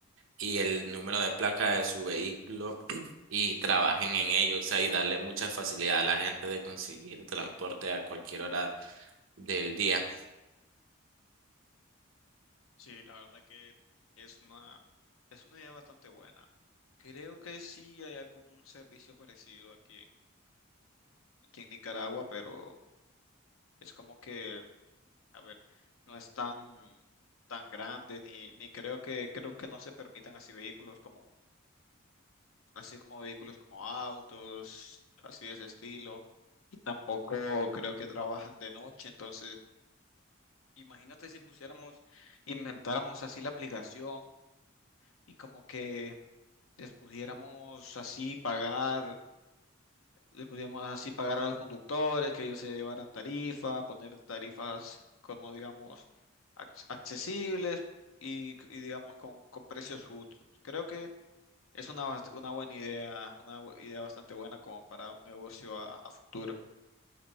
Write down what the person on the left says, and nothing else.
Sí, la verdad que es una, es una idea bastante buena. Creo que sí hay algún un servicio parecido aquí en, aquí en Nicaragua, pero es como que A ver, no es tan, tan grande, ni, ni creo que, creo que no se permitan así vehículos como, así como vehículos como autos, así de ese estilo. Y tampoco creo que trabajan de noche. Entonces, imagínate si pusiéramos, inventáramos así la aplicación y como que les pudiéramos así pagar le podíamos así pagar a los conductores, que ellos se llevaran tarifas, poner tarifas como digamos ac- accesibles y, y, digamos con, con precios justos. Creo que es una, bast- una buena idea, una bu- idea bastante buena como para un negocio a, a futuro.